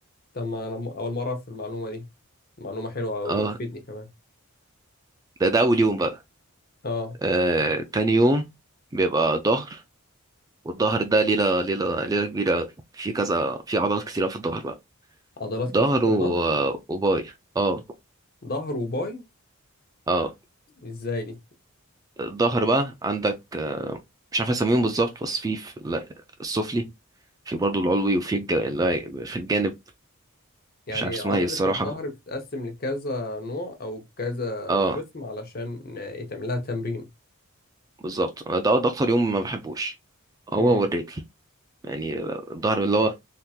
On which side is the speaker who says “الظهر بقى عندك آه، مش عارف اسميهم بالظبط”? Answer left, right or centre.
Right